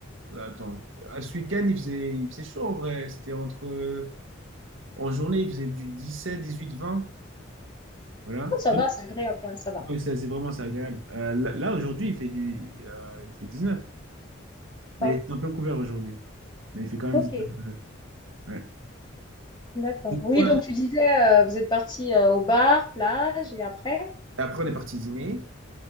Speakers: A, on the right; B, on the left.
A: attends, à ce week-end, il faisait, il faisait chaud en vrai. C'était entre, euh, en journée, il faisait du 17, 18, 20. Voilà.
B: Ah, Ça va, c'est agréable, ouais, ça va.
A: Ouais, ça, c'est vraiment c'est agréable. Euh, là, là, aujourd'hui, il fait du, euh, il fait 19.
B: Bon,
A: Mais c'est un peu couvert aujourd'hui. Mais il fait quand même
B: ok,
A: 19. euh, Ouais.
B: d'accord.
A: Du
B: Oui,
A: coup,
B: donc tu disais, euh, vous êtes parti euh, au bar, plage, et après?
A: Et après, on est parti dîner